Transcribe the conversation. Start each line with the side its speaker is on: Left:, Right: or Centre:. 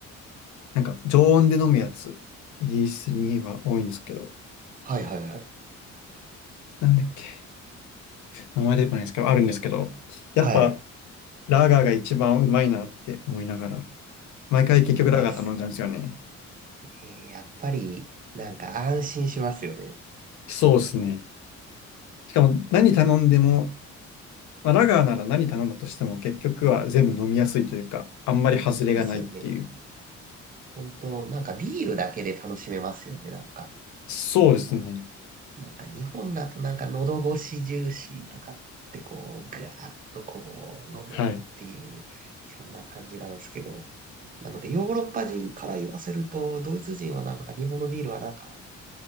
Left: なんか常温で飲むやつ、イギリスには多いんですけど、
Right: はいはいはい。
Left: なんだっけ、名前出てこないんですけど、あるんですけど、やっぱ
Right: はい。
Left: ラガーが一番うまいなって思いながら、毎回結局ラガー頼んじゃうんですよね。
Right: やっぱうまいっす。えーやっぱり、なんか安心しますよね。
Left: そうですね。しかも何頼んでも、まあ、ラガーなら何頼んだとしても結局は全部飲みやすいというか、あんまり外れがないっていう。
Right: そうっすよね。本当なんかビールだけで楽しめますよね、なんか。
Left: そうですね。
Right: なんか日本だとなんか喉越し重視とかってこう、ぐわーっとこう、飲むっていう、
Left: はい。
Right: そんな感じなんですけど。なので、ヨーロッパ人から言わせると、ドイツ人はなんか日本のビールはなんか